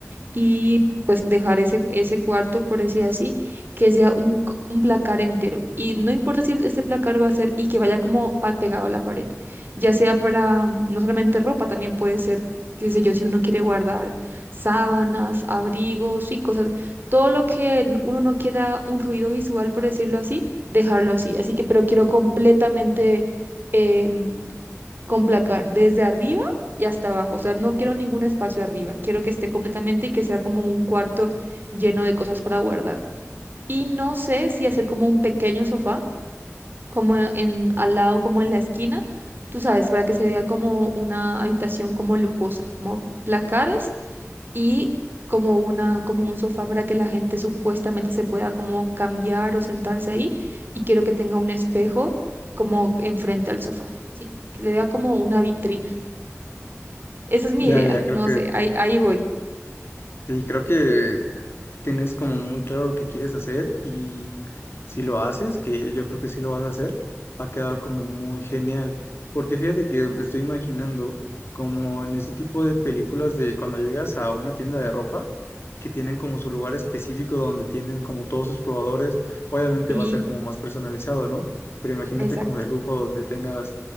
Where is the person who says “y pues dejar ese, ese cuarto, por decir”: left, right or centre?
Right